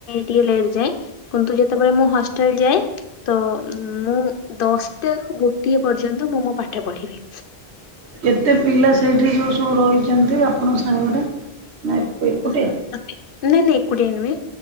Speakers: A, on the left; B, on the right.
A: ଟିକେ ଲେଟ୍ ଯାଏଁ। କିନ୍ତୁ ଯେତେବେଳେ ମୁଁ ହଷ୍ଟେଲ ଯାଏ ତ ମୁଁ। ଦଶଟା ର ଗୋଟିଏ ପର୍ଯ୍ୟନ୍ତ ମୁଁ ମୋ ପାଠ ପଢ଼ିବି।
B: କେତେ ପିଲା ସେଇଠି ଯୋଉ ସବୁ ରହିଛନ୍ତି ଆପଣଙ୍କ ସାଙ୍ଗରେ ନା ଏକୁଟିଆ?
A: ହୁଁ। ନାଇଁ ନାଇଁ ଏକୁଟିଆ ନୁହେଁ